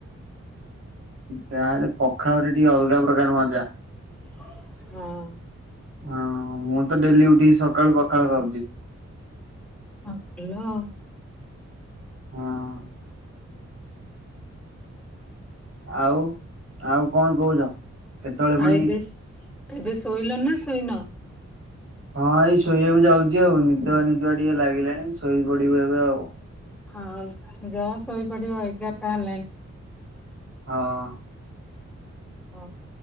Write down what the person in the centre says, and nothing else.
ହଁ।
ହଁ ଭଲ ଆଉ।
ଆଉ ଏବେ ଏବେ ଶୋଇଲଣି ନା ଶୋଇନ?
ଆଉ ଯା ଶୋଇପଡ଼ିବ ଏଗାରଟା ହେଲାଣି।
ହଉ।